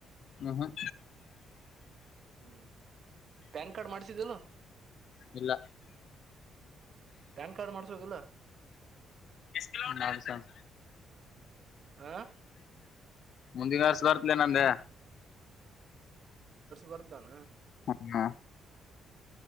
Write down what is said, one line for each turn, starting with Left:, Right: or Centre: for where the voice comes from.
Left: ಹ್ಮ್
Right: ಹೂ ಪ್ಯಾನ್ ಕಾರ್ಡ್ ಮಾಡ್ಿಸಿದ್ದ ಏನ್ ಇಲ್ಲ
Left: ಹ್ಮ್ ಇಲ್ಲ
Right: ಪ್ಯಾನ್ ಕಾರ್ಡ್ ಮಾಡ್ಸ್ಬೇಕೀಲ್ಲ
Left: ಎಸ್ಟು ಕಿಲೋಮೀಟರ್
Right: ಆ
Left: ಮುಂದಿನ ವರ್ಸ ಬರ್ತ್ಲ ನಂದೆ
Right: ಬರ್ತಾನೆ
Left: ಅಣ್ಣ